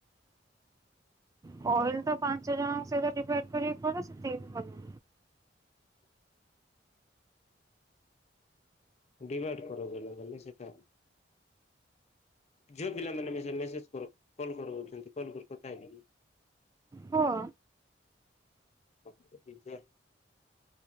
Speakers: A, on the right (about 20°); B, on the left (about 40°).
A: କଲ୍ ତ ପାଞ୍ଚ ଜଣଙ୍କ ସହିତ ଡିଭାଇଡ କରିବାକୁ ପଡିବ ସେଥିପାଇଁ।
B: ଡିଭାଇଡ କର <inaudible> ସେଟା ଝିଅ ପିଲାମାନେ ମେସେ ମେସେଜ କର କଲ୍ କରଉଛନ୍ତି, କଲ୍ କର କଥା ହେବି।
A: ହଁ।
B: <inaudible>